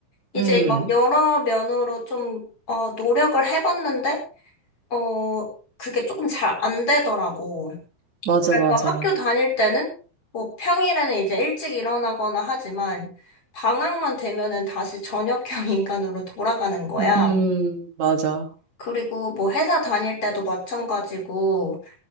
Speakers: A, on the left; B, on the right.
A: 이제
B: 음,
A: 막 여러 면으로 좀, 어, 노력을 해봤는데, 어, 그게 조금 잘 안 되더라고.
B: 맞아,
A: 그래서
B: 맞아.
A: 학교 다닐 때는 뭐 평일에는 이제 일찍 일어나거나 하지만 방학만 되면은 다시 저녁형 <laughs> 인간으로 돌아가는 거야.
B: 음, 맞아.
A: 그리고 뭐 회사 다닐 때도 마찬가지고